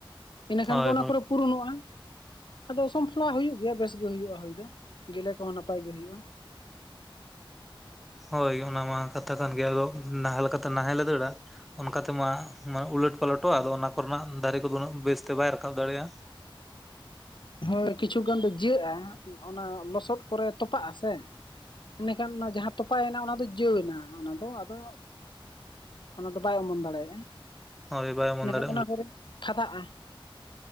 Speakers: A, on the left (about 60°); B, in the centre.
A: ᱤᱱᱟᱹ
B: ᱦᱳᱭ
A: ᱠᱷᱟᱱ ᱜᱮ ᱚᱱᱟ
B: ᱦᱳᱭ
A: ᱠᱚᱨᱮ ᱯᱩᱨᱩᱱᱚᱜ-ᱟ᱾ ᱟᱫᱚ ᱥᱚᱢᱯᱷᱚᱱᱟᱜ ᱦᱩᱭᱩᱜ ᱜᱮᱭᱟ ᱵᱮᱥ ᱜᱮ ᱦᱩᱭᱩᱜ-ᱟ ᱦᱩᱭ ᱫᱚ ᱜᱮᱞᱮ ᱠᱚ ᱱᱟᱯᱟᱭ ᱜᱮ ᱦᱩᱭᱩᱜ-ᱟ᱾
B: ᱦᱳᱭ ᱚᱱᱟ ᱢᱟ ᱠᱟᱛᱷᱟ ᱠᱟᱱ ᱜᱮᱭᱟ, ᱟᱫᱚ ᱱᱟᱦᱮᱞ ᱞᱮᱠᱟᱛᱮ ᱱᱟᱦᱮᱞ ᱞᱮ ᱫᱟᱹᱲᱟ᱾ ᱚᱱᱠᱟ ᱛᱮᱢᱟ ᱢᱟ ᱩᱞᱟᱹᱴ ᱯᱟᱞᱚᱴᱚᱜ-ᱟ, ᱟᱫᱚ ᱚᱱᱟ ᱠᱚᱨᱮᱱᱟᱜ ᱫᱟᱨᱮ ᱠᱚᱫᱚ ᱩᱱᱟᱹᱜ ᱵᱮᱥᱛᱮ ᱵᱟᱭ ᱨᱟᱠᱟᱵ ᱫᱟᱲᱮᱭᱟᱜ᱾
A: ᱦᱳᱭ ᱠᱤᱪᱷᱩ ᱜᱟᱱ ᱫᱚ ᱡᱟᱹᱜ-ᱟ, ᱚᱱᱟ ᱞᱚᱥᱚᱫ ᱠᱚᱨᱮ ᱛᱚᱯᱟᱜ ᱟᱥᱮ᱾ ᱤᱱᱟᱹᱠᱷᱟᱱ ᱚᱱᱟ ᱡᱟᱦᱟᱸ ᱛᱚᱯᱟᱭᱮᱱᱟ ᱚᱱᱟ ᱫᱚ ᱡᱟᱹᱣ ᱮᱱᱟ᱾ ᱚᱱᱟ ᱫᱚ ᱟᱫᱚ ᱚᱱᱟ ᱫᱚ ᱵᱟᱭ ᱚᱢᱚᱱ ᱫᱟᱲᱮᱭᱟᱜ-ᱟ᱾
B: ᱦᱳᱭ ᱵᱟᱭ ᱚᱢᱚᱱ
A: ᱤᱱᱟᱹ
B: ᱫᱟᱲᱮᱭᱟᱜᱼᱟ
A: ᱠᱷᱟᱱ ᱚᱱᱟ ᱠᱚᱨᱮ ᱠᱷᱟᱫᱟᱜ-ᱟ᱾